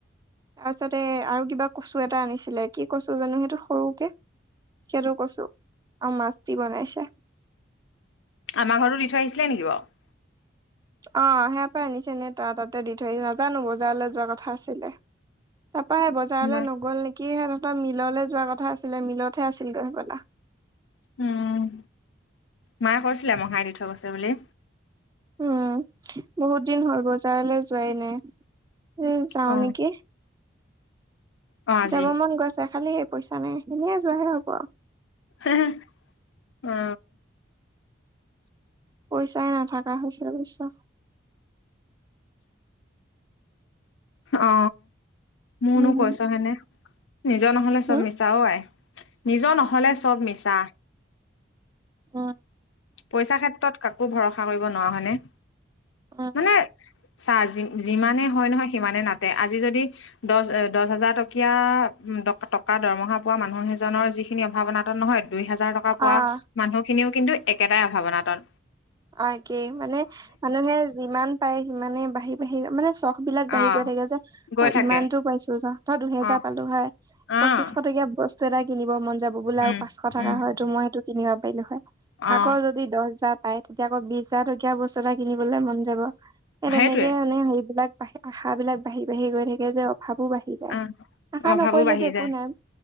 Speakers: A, on the right; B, on the left.
A: তাৰপিছতে আৰু কিবা কচু এটা আনিছিলে কি কচু জানো সেইটো সৰুকে <unintelligible> সেইটো কচু আৰু মাছ দি বনাইছে। <unintelligible>
B: আমাৰ ঘৰতো দি থৈ আহিছিলে নেকি বাৰু? <unintelligible>
A: অ সেয়া পা পৰা আনিছেনে তাৰ তাতে দি থৈ নাজানো বজাৰলৈ যোৱা কথা আছিলে তাপা সে বজাৰলৈ
B: নাই।
A: নগ'ল নেকি সিহঁতৰ মিললৈ যোৱা কথা আছিলে মিলতহে আছিল গৈ সবলা
B: উম মায়ে কৰিছিলে মহাই দি থৈ গৈছে বুলি
A: উম বহুত দিন হ'ল বজাৰলৈ যোৱাই নাই উম যাও
B: অ
A: নেকি
B: অ আজি
A: যাব মন গৈছে খালি স পইচা নাই এনে যোৱাহে হব আও
B: হে হে অ
A: পইচাই নাথকা হৈছে বুজিছা
B: অ মোৰনো
A: উম,
B: পইছা <unintelligible> নিজৰ নহলে
A: হম,
B: চব মিছাও আই নিজৰ নহ'লে চব মিছা
A: অ
B: পইচাৰ ক্ষেত্ৰত কাকো ভৰষা কৰিব নোৱাও হয় নে
A: উম
B: মানে চা যিমানে হয় নহয় সিমানে নাটে আজি যদি দহ দহ হাজাৰ টকীয়া উ টকা দৰমহা পোৱা মানুহ এজনৰ যি খিনি অভাৱনাতন নহয় দুই হাজাৰ টকা পোৱা
A: আহ
B: মানুহখিনিও কিন্তু একেটাই অভাৱ অনাতন
A: অ কিই মানে মানুহে যিমান পাৰে সিমানে বাঢ়ি বাঢ়ি মানে চখ বিলাক বাঢ়ি
B: অ'
A: গৈ থাকে যে
B: গৈ
A: অ
B: থাকে।
A: ইমানতো পাইছো জ তই দুহেজাৰ
B: অ'
A: পালো হয়
B: অ'
A: পঁচিছ শ টকীয়া বস্তু এটা কিনিব মন যাব বোলে
B: উম
A: আৰু পাঁচশ টকা
B: উম
A: হয়ো মই সেইটো কিনিব পাৰিলো হয়
B: অ'
A: আগৰ য যদি দহ হাজাৰ পায় তেতিয়া আকৌ বিশ হাজাৰ টকীয়া বস্তু এটা কিনিবলে মন যাব সেই তেনেকে
B: সেইটোৱে।
A: মানে হেৰি বিলাক বা আশা বিলাক বাঢ়ি বাঢ়ি গৈ থাকে যে অভাৱো বাঢ়ি জায়
B: অ'
A: আশা
B: অভাৱো
A: নকৰিলেতো
B: বাঢ়ি
A: একো
B: যায়।
A: নাই